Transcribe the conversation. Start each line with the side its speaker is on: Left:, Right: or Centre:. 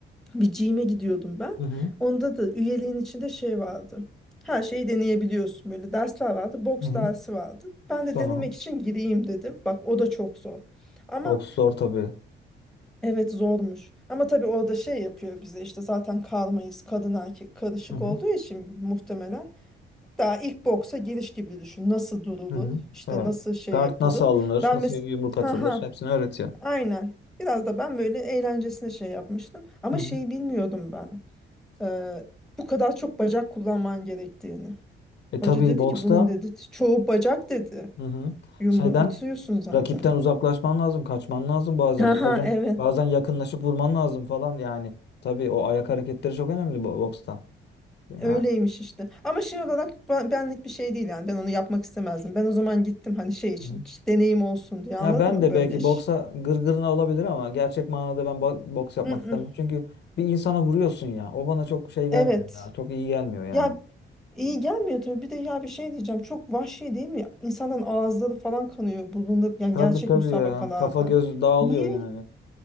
Centre: Bir gym'e gidiyordum ben.
Left: Hı hı.
Centre: Onda da üyeliğin içinde şey vardı. Her şeyi deneyebiliyorsun böyle. Dersler vardı. Boks
Left: Hı hı.
Centre: dersi vardı. Ben de
Left: Tamam.
Centre: denemek için gireyim dedim. Bak o da çok zor. Ama
Left: Boks zor tabii.
Centre: evet zormuş. Ama tabii orada şey yapıyor bize işte zaten karmayız. Kadın erkek karışık
Left: Hı hı.
Centre: olduğu için muhtemelen Daha ilk boksa giriş gibi düşün. Nasıl durulur?
Left: Hı hı.
Centre: İşte
Left: Evet.
Centre: nasıl şey
Left: Guard
Centre: yapılır?
Left: nasıl alınır?
Centre: Ben
Left: Nasıl
Centre: mes
Left: yumruk
Centre: ha
Left: atılır?
Centre: ha
Left: Hepsini öğretiyor.
Centre: aynen. Biraz da ben böyle eğlencesine şey yapmıştım. Ama
Left: Hı hı.
Centre: şeyi bilmiyordum ben. Ee, bu kadar çok bacak kullanman gerektiğini.
Left: E
Centre: Hoca
Left: tabii
Centre: dedi
Left: boksta
Centre: ki bunun dedi çoğu bacak dedi.
Left: Hı hı.
Centre: Yumruğu
Left: şeyden
Centre: atıyorsun zaten.
Left: rakipten
Centre: <laughs>
Left: uzaklaşman lazım, kaçman lazım bazen.
Centre: Ha
Left: Bazen
Centre: ha evet.
Left: bazen yakınlaşıp vurman lazım falan yani. Tabii o ayak hareketleri çok önemli bo- boksta. Yani
Centre: Öyleymiş işte. Ama şey olarak ben- benlik bir şey değil yani. Ben onu yapmak istemezdim. Ben o zaman gittim hani şey için.
Left: Hı.
Centre: işte deneyim olsun diye anladın
Left: Ya ben
Centre: mı?
Left: de
Centre: Böyle.
Left: belki
Centre: ş-
Left: boksa gırgırına olabilir ama gerçek manada ben bo- boks yapmak
Centre: Mm,
Left: istemem.
Centre: mm.
Left: Çünkü bir insana vuruyorsun ya. O bana çok şey gelmiyor
Centre: Evet.
Left: ya. Çok iyi gelmiyor yani.
Centre: Ya iyi gelmiyor tabii. Bir de ya bir şey diyeceğim. Çok vahşi değil mi? İnsanın ağızları falan kanıyor bulunda yani
Left: Tabii
Centre: gerçek
Left: tabii
Centre: müsabakalarda.
Left: ya. Kafa göz dağılıyor
Centre: Niye?
Left: yani.